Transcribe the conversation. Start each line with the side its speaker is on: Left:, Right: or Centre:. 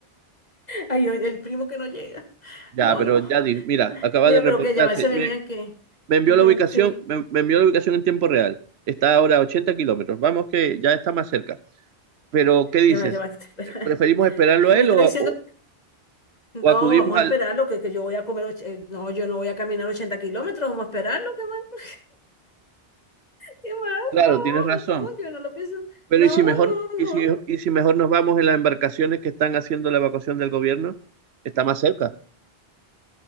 Left: Ay, el el primo que no llega.
Right: Ya,
Left: No,
Right: pero
Left: no.
Right: ya di, mira, acaba
Left: Mira,
Right: de reportarse.
Left: pero que ya va, se venían
Right: Me,
Left: que.
Right: me envió
Left: Ajá,
Right: la ubicación,
Left: sí,
Right: me, me envió la ubicación en tiempo real. Está ahora a 80 kilómetros. Vamos que ya está más cerca. Pero, ¿qué dices?
Left: ya va, ya va. <laughs> Espera.
Right: ¿Preferimos esperarlo
Left: Ay,
Right: a
Left: Me
Right: él
Left: está
Right: o,
Left: diciendo,
Right: o-
Left: no,
Right: o acudimos
Left: vamos
Right: al...
Left: a esperarlo, que, que yo voy a comer. och- eh, No, yo no voy a caminar 80 kilómetros, vamos a esperarlo, qué más, qué más.
Right: Claro, tienes razón.
Left: No, no, yo no lo pienso.
Right: Pero
Left: No,
Right: ¿y si
Left: no,
Right: mejor, y
Left: no.
Right: si, y si mejor nos vamos en las embarcaciones que están haciendo la evacuación del gobierno? Está más cerca.